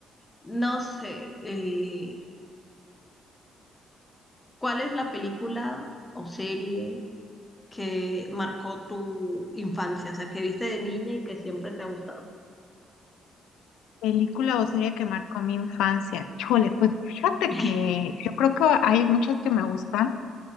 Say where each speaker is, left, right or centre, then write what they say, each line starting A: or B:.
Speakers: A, on the left (about 15°); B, on the left (about 90°).
A: No sé, eh, ¿cuál es la película o serie que marcó tu infancia? O sea, que viste de niña y que siempre te ha gustado.
B: Película o serie que marcó mi infancia. Híjole, pues fíjate
A: <laughs>
B: que yo creo que hay muchas que me gustan,